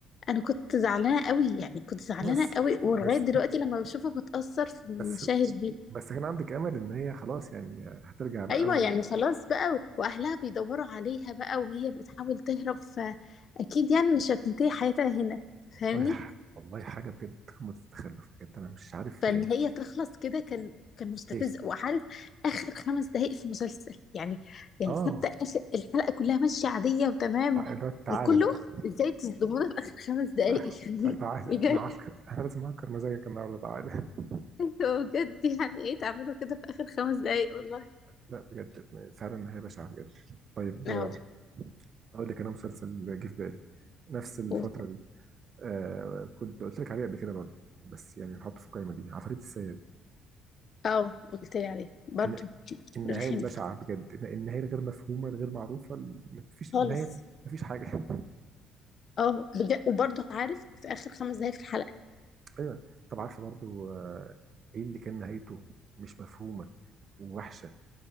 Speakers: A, on the left; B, on the right.
A: انا كنت زعلانة قوي يعني كنت زعلانة
B: آه، بس
A: قوي
B: <laughs>
A: ولغاية
B: بس
A: دلوقتي لما بشوفه بتأثر في المشاهد
B: بس
A: دي
B: بس كان عندك امل ان هي خلاص يعني هترجع بقى
A: ايوه يعني خلاص بقى و- واهلها بيدوروا عليها بقى وهي بتحاول تهرب فاكيد يعني مش هتنتهي حياتها هنا فاهمني
B: والله ح- والله حاجة بجد قمة التخلف بجد أنا مش عارف
A: فان
B: يعني
A: هي تخلص كده كان كان مستفز
B: ليه
A: وعارف اخر خمس دقائق في مسلسل يعني يعني
B: آه
A: حتى اخر الحلقه كلها ماشيه عاديه وتمام
B: اللي هو تعالى
A: وكله
B: بقى
A: ازاي تصدمونا في اخر خمس دقائق
B: تع-
A: <laughs> يعني
B: تعالى
A: بجد
B: أنا عكر أنا لازم أعكر مزاجك النهاردة تعالى <laughs>
A: انتوا بجد يعني ايه تعملوا كده في اخر خمس دقائق والله
B: لا بجد فعلا هي بشعة بجد طيب
A: اه
B: آه، أقول لك أنا مسلسل جه في بالي نفس الفترة
A: قلت-
B: دي آه كنت قلت لك عليه قبل كده برضه بس يعني نحطه في القايمة دي عفاريت السيد
A: اه قلت لي عليه برضو
B: إن النهاية
A: رخمت
B: البشعة بجد إن- النهاية الغير مفهومة الغير معروفة ال- مفيش
A: خالص
B: النهاية مفيش حاجة
A: اه بجد وبرضه عارف في اخر خمس دقايق في الحلقه
B: ايوه طب عارفه برضو آه، ايه اللي كان نهايته مش مفهومه ووحشه